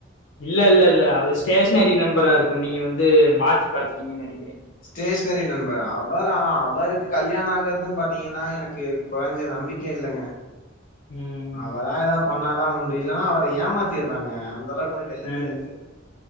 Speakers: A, on the left; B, on the left.
A: இல்ல இல்ல இல்ல அது ஸ்டேஷனரி நண்பரா இருக்கு நீங்க வந்து மாத்தி பாத்துட்டீங்கு நெனக்குறே
B: ஸ்டேஷ்னரி நண்பரா அவரா
A: ஆம்.
B: அவருக்கு கல்யாண ஆகாது பாத்தீங்கனா எனக்கு கொறஞ்ச நம்பிக்க இல்லங்க
A: ம்.
B: அவரா எதா பண்ணா தா உண்டு இப்டி இல்லனா அவர ஏமாத்திற்றாங்க அந்த அளவுக்கு வந்து வெள்ளந்தியா
A: ம்,
B: இருக்காரு